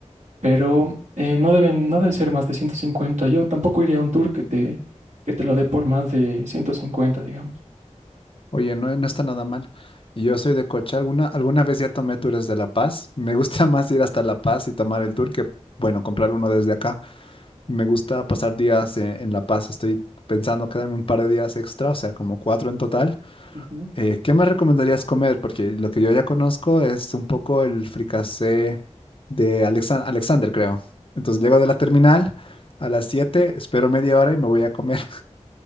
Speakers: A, on the right (about 75°); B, on the left (about 45°).
A: pero eh, no deben, no debe ser más de ciento cincuenta. Yo tampoco iría a un tour que te, que te lo dé por más de 150, digamos.
B: Oye, no, no está nada mal. Y Yo soy de coche. Alguna, alguna vez ya tomé tours de La Paz. Me gusta <laughs> más ir hasta La Paz y tomar el tour que, bueno, comprar uno desde acá. Me gusta pasar días en, en La Paz. Estoy pensando quedarme un par de días extra, o sea, como cuatro en total.
A: Ujú.
B: Eh, ¿qué me recomendarías comer? Porque lo que yo ya conozco es un poco el fricasé de Alexan- Alexander, creo. Entonces llego de la terminal a las 7, espero media hora y me voy a comer.